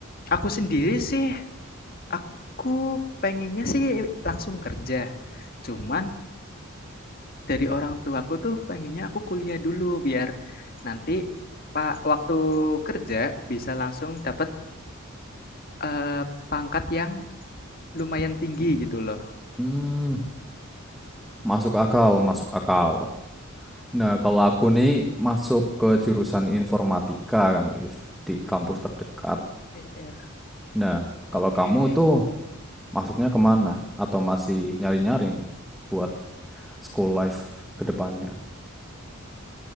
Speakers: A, on the left (about 45°); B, in the centre.
A: aku sendiri sih, aku pengennya sih langsung kerja. Cuman dari orang tuaku tuh pengennya aku kuliah dulu biar nanti pa waktu kerja bisa langsung dapat, eee, pangkat yang lumayan tinggi gitu loh.
B: Hmm, masuk akal, masuk akal. Nah, kalau aku nih masuk ke jurusan informatika kan, Liv, di kampus terdekat.
A: Iya.
B: Nah, kalau
A: Oke.
B: kamu tuh masuknya kemana? Atau masih nyari-nyari nih buat school life ke depannya?